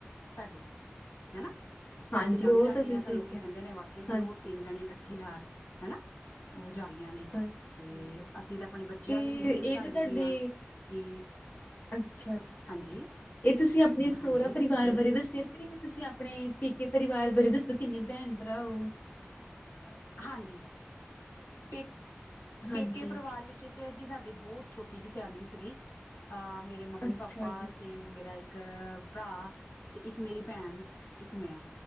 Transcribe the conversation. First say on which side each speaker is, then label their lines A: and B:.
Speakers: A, on the left (about 80°); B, on the left (about 45°).
A: ਸਾਡੀ ਹਨਾ,
B: ਹਾਂਜੀ
A: ਅਸੀਂ ਲੰਘ
B: ਉਹ
A: ਜਾਂਦੇ
B: ਤੁਸੀਂ
A: ਹਾਂ
B: ਸਿੱਖਿਆ
A: ਤਾਂ, ਲੋਕੀ ਕਹਿੰਦੇ ਨੇ ਵਾਕਿਆ ਕਿ
B: ਹਾਂਜੀ
A: ਉਹ ਤਿੰਨ ਜਾਣੇ ਇਕੱਠੀ ਜਾਰੀ ਹਨਾ, ਹੋ ਜਾਏ।
B: ਹਾਂਜੀ
A: ਤੇ ਅਸੀਂ ਤਾਂ, ਆਪਣੇ ਬੱਚਿਆਂ
B: ਤੇ
A: ਨੂੰ ਵੀ ਇਹੀ ਸਮਝਾਉਂਦੇ
B: ਇਹ ਤੇ ਤੁਹਾਡੇ
A: ਪਏ ਹਾਂ, ਕਿ
B: ਅੱਛਾ।
A: ਹਾਂਜੀ
B: ਇਹ ਤੁਸੀਂ, ਆਪਣੇ ਸੋਹਰਾ
A: ਹਾਂਜੀ
B: ਪਰਿਵਾਰ
A: ਦੱਸ
B: ਬਾਰੇ ਦੱਸਿਆ, ਤੇ ਤੁਸੀਂ ਆਪਣੇ ਪੈਕੇ ਪਰਿਵਾਰ ਇੱਕ ਵਾਰੀ, ਦੱਸੋ ਕਿੰਨੇ ਭੈਣ ਭਰਾ ਉ?
A: ਹਾਂਜੀ, ਪੇ
B: ਹਾਂਜੀ
A: ਪੇਕੇ ਪਰਿਵਾਰ ਵਿੱਚ, ਤੇ ਹੈ ਜੀ ਸਾਡੇ ਬਹੁਤ ਛੋਟੀ ਜਿਹੀ ਫੈਮਿਲੀ ਸੀਗੀ, ਮੇਰੇ ਮੰਮੀ--ਪਾਪਾ
B: ਅੱਛਾ ਜੀ
A: ਅਤੇ, ਮੇਰਾ ਇੱਕ ਇੱਕ ਭਰਾ, ਇਕ ਮੇਰੀ ਭੈਣ, ਇਕ ਮੈਂ,